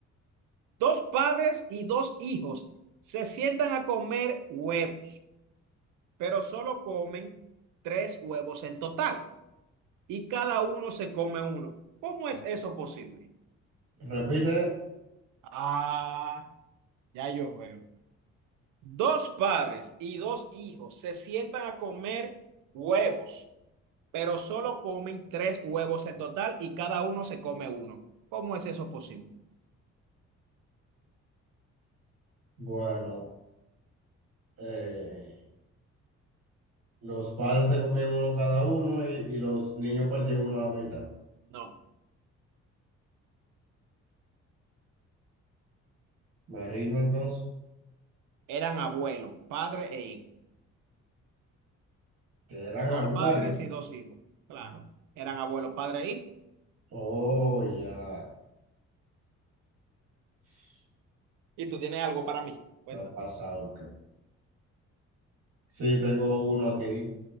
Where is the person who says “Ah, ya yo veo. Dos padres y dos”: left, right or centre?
Right